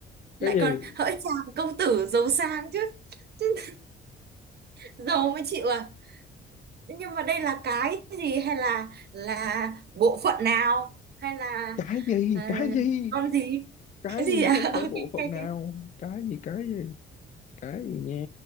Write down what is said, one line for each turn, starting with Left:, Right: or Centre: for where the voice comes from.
Left: cái
Right: lại
Left: gì
Right: còn hỡi chàng công tử giàu sang chứ <laughs> giàu mới chịu à nhưng mà đây là cái gì hay là là bộ phận nào hay là
Left: cái gì
Right: ờ,
Left: cái gì
Right: con gì
Left: cái
Right: cái gì
Left: gì
Right: à
Left: chứ không
Right: <laughs> ok
Left: phải
Right: ok
Left: bộ phận nào
Right: ok
Left: cái gì cái gì cái gì nha